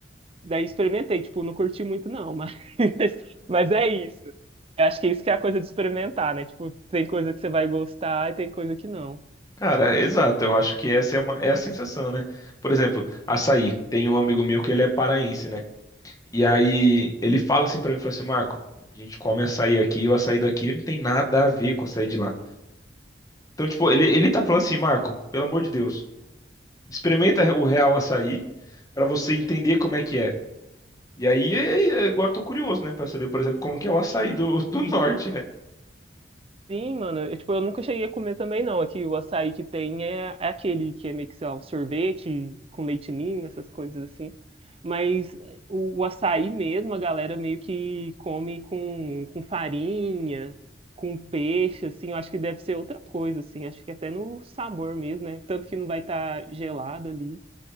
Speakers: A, on the right; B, on the left.
A: Daí experimentei, tipo, não curti muito, não, mas, <laughs> mas é isso. Eu acho que isso que é a coisa de experimentar, né? Tipo, tem coisa que você vai gostar e tem coisa que não.
B: Cara, exato, eu acho que essa é uma, é a sensação, né? Por exemplo, açaí. Tem um amigo meu que ele é paraense, né? E aí ele fala assim pra mim, fala assim, Marco, a gente come açaí aqui, e o açaí daqui não tem nada a ver com o açaí de lá. Então, tipo, ele, ele tá falando assim, Marco, pelo amor de Deus, experimenta o real açaí pra você entender como é que é. E aí, é- é- agora eu tô curioso, né, Pra saber, por exemplo, como que é o açaí do, do <laughs> norte, né?
A: Sim, mano. Eu, tipo, eu nunca cheguei a comer também, não. Aqui o açaí que tem é, é aquele que é meio que, sei lá, um sorvete com leite ninho, essas coisas assim. Mas o, o açaí mesmo, a galera meio que come com, com farinha, com peixe, assim. Eu acho que deve ser outra coisa, assim. Acho que até no sabor mesmo, né? Tanto que não vai estar gelado ali.